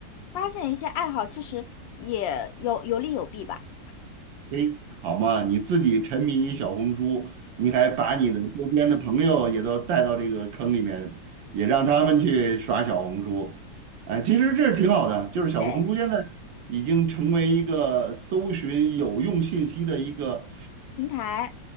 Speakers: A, on the left; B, on the right.
A: 发现一些爱好，其实也有有利有弊吧。
B: 哎，好嘛，你自己沉迷于小红书，你还把你的周边的朋友也都带到这个坑里面，也让他们去耍小红书，哎，其实这是挺好的，就是小红书现在
A: 对。
B: 已经成为一个搜寻有用信息的一个
A: 平台，